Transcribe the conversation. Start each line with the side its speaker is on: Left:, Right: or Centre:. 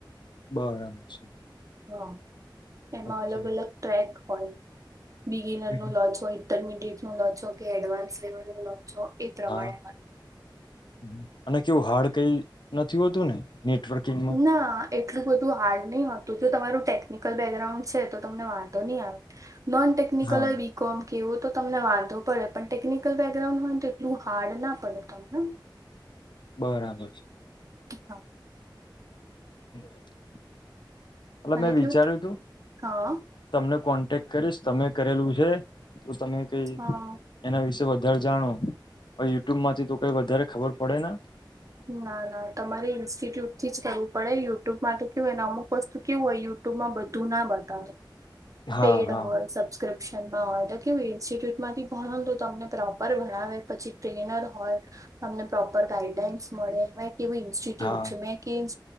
Left: બરાબર છે.
Right: હા એમાં
Left: ઓકે
Right: અલગ અલગ ટ્રેક હોય બિગિનર
Left: હમ.
Right: નું લોજ હોય. ઇન્ટરમિડિયેટ નું લો છો કે એડવાન્સ લેવલ નું લો છો એ પ્રમાણે
Left: હા
Right: હો
Left: હમ. અને કેવું હાર્ડ કઈ નથી હોતું ને નેટવર્કિંગમાં
Right: ના એટલું બધું હાર્ડ નહી હોતું જો તમારું ટેકનિકલ બેકગ્રાઉન્ડ છે તો તમને વાંધો નહી આવે નોન ટેકનિકલ
Left: હા
Right: હોય બી કોમ કે એવો તો તમને વાંધો પડે પણ ટેકનિકલ બેકગ્રાઉન્ડ હોય ને તો એટલું <inaudible>
Left: બરાબર છે
Right: હા
Left: હ એટલે
Right: અને
Left: મેં વિચાર્યું
Right: કેવું
Left: તું
Right: હા
Left: તમને કોન્ટેક્ટ કરીશ તમે કરેલું છે તો તમે કઈ
Right: હા
Left: એના વિશે વધારે જાણો અને યુટ્યુબમાંથી તો કઈ વધારે ખબર પડે ના
Right: ના ના તમારે ઇન્સ્ટિટ્યુટ થી જ કરવું પડે યુટ્યુબ માટે કેવું હોયને અમુક વસ્તુ કેવું હોય યુટ્યુબ માં બધું ના બતાવે
Left: હા
Right: પેડ
Left: હા
Right: હોલ સબસ્ક્રીપશન માં હોય કેું ઇન્સ્ટિટ્યુટમાંથી ભણો તો તમને પ્રોપર ભણાવે પછી ટ્રેનર હોય તમને પ્રોપર ગાઈડલાઈઇન્સ મળે કેવી ઇન્સ્ટિટ્યુટ
Left: હા
Right: છે મે કર્યું